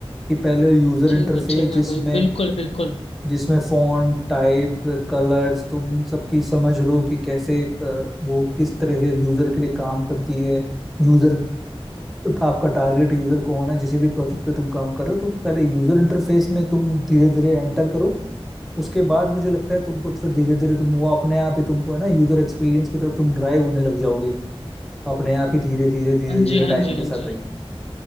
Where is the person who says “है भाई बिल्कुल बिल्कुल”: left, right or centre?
Left